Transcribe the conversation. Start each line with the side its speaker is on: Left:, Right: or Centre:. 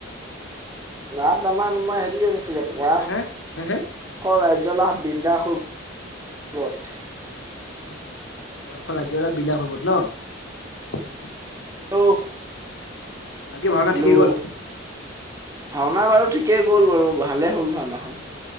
Right: ৰাত আমান মান হেৰি আনিছিলে পৰাখ
Left: হে হে
Right: ৰাইট জলাহ বৃন্দাসুৰ পুৰত
Left: অ আচ্ছা আচ্ছা পৰাশ ৰাজয় এটা বিনাশ হবত ন।
Right: <unintelligible>
Left: বাকী ভাওনা
Right: হেল্ল'
Left: ঠিকেই গ'ল।
Right: ভাওনা বাৰু ঠিকেই গ'ল বাৰু ভালেই হ'ল ভাওনা।
Left: অ